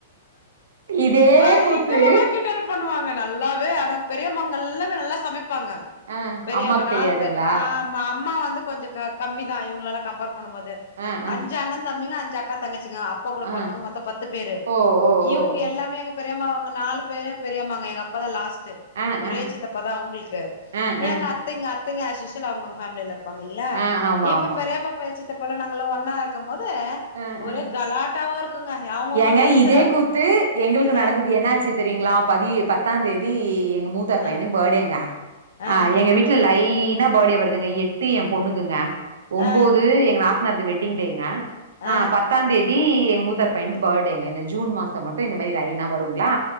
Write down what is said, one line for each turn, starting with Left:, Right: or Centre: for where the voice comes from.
Right: இதே
Left: பயங்கரமா
Right: கூத்து
Left: கிண்டல் பண்ணுவாங் நல்லாவே ஆனா பெரியமாங்க எல்லாம் நல்லா சமைப்பாங்க இருப்பாங்க
Right: ஆ
Left: பெரியம்மா
Right: அம்மாக்கு
Left: நாலு
Right: தெரியாதுங்களா
Left: பேர் ஆ ஆமா அம்மா வந்து இது கொஞ்சம் கம்மி தான் இவுங்களலா கம்பேர் பண்ணும் போது
Right: ஆ ஆ
Left: அஞ்சு அண்ணன் தம்பிங்க அக்கா தங்கை எங்க அப்பா கூட
Right: ஆ
Left: பொறந்தாவங்க மொத்தம் பத்து பேரு
Right: ஓ ஓ
Left: இவங்க
Right: ஓ ஓ
Left: எல்லாமே எங்க பெரியம்மாக்கு நாலு பேரு பெரியமாங்க எங்க அப்பா தான் லாஸ்ட்
Right: ஆ
Left: ஒரே
Right: ஆ
Left: சித்தப்பதான் அவுங்களுக்கு
Right: ஆ ஆ
Left: எங்க அத்தையிங்க அத்தைங்க அஸ்யூஸ்வல் அவு அவுங்க ஃபேமிலில இருக் அப்டிங்களா
Right: ஆ ஆமா
Left: இப்ப
Right: ஆமா
Left: பெரியப்பா பேச் இப்பலாம் நாங்களாம் ஒண்ணா இருக்குப்போது வீட்ல
Right: ஆ
Left: ஒரே
Right: ஆ
Left: கலாட்டாவா இருக்குங்க அவங்கவுங்க
Right: ஏங்க
Left: நெலத்துல
Right: இதே கூத்து எங்களுக்கு
Left: அ
Right: நடந்து என்னாச்சி தெரிங்களா பதி பத்தாம் தேதி மூத்தார்
Left: அ
Right: பையனுக்கு பர்த்டேங்க
Left: அ
Right: எங்க வீட்ல லைட் லைனா பர்த்டே வருதுங்க எட்டு ஏன் பொண்ணுக்குங்க ஒன்பது
Left: அ
Right: எங்க நாத் தனாருக்கு வெட்டிங் டேங்க
Left: அ
Right: ஆஹ் பத்தா தே தி முத் தார் பையனுக்கு பர்த்டேங்க இந்த ஜூன் மாசம் மட்டும் இந்த மாதிரி லைனா வருங்களா